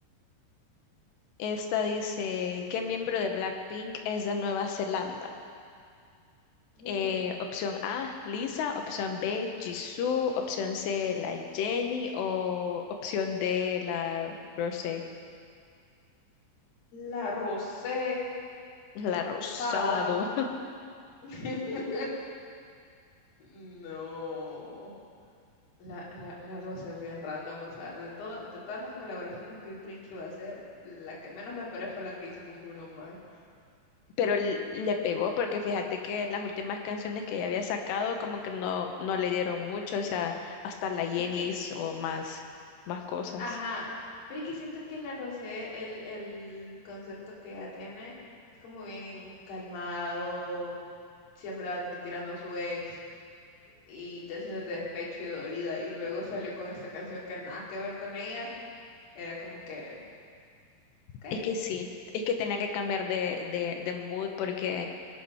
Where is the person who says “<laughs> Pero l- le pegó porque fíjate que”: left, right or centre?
Left